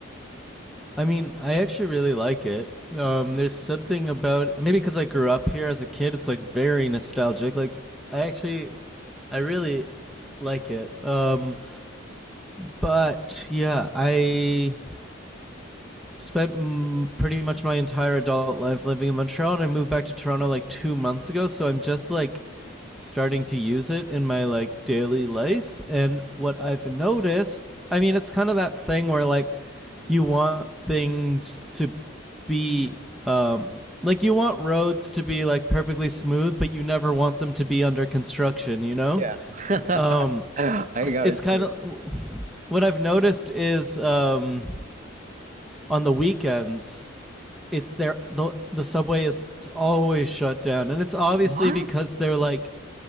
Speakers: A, in the centre; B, on the right.
A: I mean, I actually really like it. Um, there's something about maybe because I grew up here as a kid, it's like very nostalgic. Like I actually, I really like it. Um, but yeah, I spent mm, pretty much my entire adult life living in Montreal, and I moved back to Toronto like two months ago. So I'm just like starting to use it in my like daily life. And what I've noticed, I mean, it's kind of that thing where like you want things to be um, like you want roads to be like perfectly smooth, but you never want them to be under construction. You know,
B: Yeah. <laughs>
A: um,
B: I got
A: it's
B: it.
A: kind of <laughs> what I've noticed is um, on the weekends it's there the the subway is always shut down, and it's obviously
B: What?
A: because they're like